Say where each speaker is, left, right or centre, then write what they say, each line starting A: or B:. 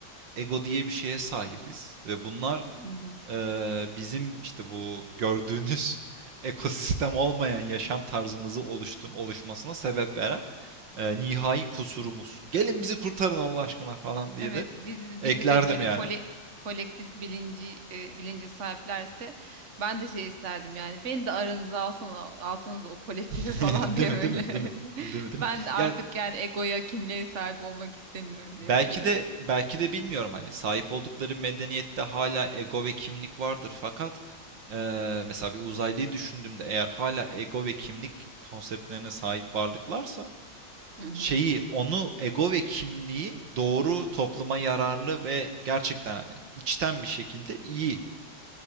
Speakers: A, on the right; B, on the right.
A: ego diye bir şeye sahibiz ve bunlar
B: Hı hı.
A: eee, bizim işte bu gördüğünüz <laughs> ekosistem olmayan yaşam tarzımızı oluştum oluşmasına sebep veren eee, nihai kusurumuz. Gelin bizi kurtarın Allah aşkına falan diye
B: Evet
A: de
B: bizi
A: eklerdim
B: bizi de böyle
A: yani.
B: kole, kolektif bilinci e, bilince sahiplerse ben de şey isterdim yani beni de aranıza alsana alsanız o kolektife
A: <laughs>
B: <laughs> falan
A: Değil
B: diye
A: mi?
B: böyle.
A: Değil mi? Değil mi?
B: <laughs>
A: Değil mi? Değil
B: Ben
A: mi?
B: de artık
A: Ya
B: yani egoya kimliğe sahip olmak istemiyorum
A: Belki
B: diye böyle.
A: de belki de bilmiyorum hani sahip oldukları medeniyette hala ego ve kimlik vardır fakat eee, mesela bir uzaylıyı düşündüğümde eğer hala ego ve kimlik konseptlerine sahip varlıklarsa
B: Hı hı.
A: şeyi onu ego ve kimliği doğru topluma yararlı ve gerçekten hani içten bir şekilde iyi